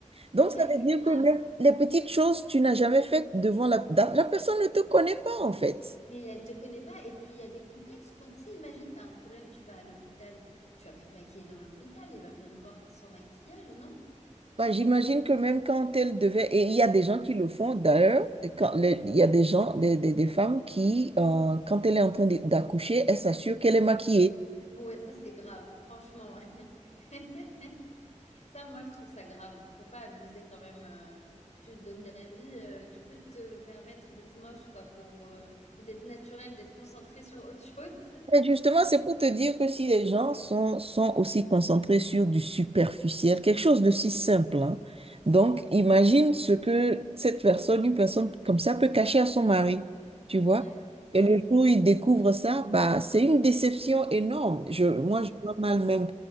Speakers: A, on the right; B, on the left.
A: Donc,
B: Ouais,
A: ça
B: c'est
A: veut dire
B: grave.
A: que même les petites choses, tu n'as jamais faites devant la... La personne ne te connaît pas, en fait.
B: Mais elle te connaît pas. Et puis, il y a des contextes. Quand, si, imagine, tu as un problème, tu vas à l'hôpital. Tu vas pas te maquiller dans l'hôpital. Il va bien te voir sans maquillage, non?
A: Bah, j'imagine que même quand elle devait, et il y a des gens qui le font d'ailleurs, et quand les- il y a des gens, des, des- des femmes qui, euh, quand elle est en train de- d'accoucher, elle s'assure qu'elle est maquillée.
B: Mais- Ouais, ça, c'est grave. Franchement. <laughs> Ça, moi, je trouve ça grave. Faut pas abuser quand même. euh, tu te donnes la vie. euh, tu peux te permettre d'être moche, quoi, pour, euh, ou d'être naturel, d'être concentré sur autre chose. <laughs>
A: Mais justement, c'est pour te dire que si les gens sont, sont aussi concentrés sur du superficiel, quelque chose de si simple, hein. Donc, imagine ce que cette personne, une personne comme ça, peut cacher à son mari, tu vois?
B: Ouais, ouais,
A: Et le jour où il découvre ça, bah, c'est une déception énorme. Je, moi,
B: ouais.
A: je vois mal même.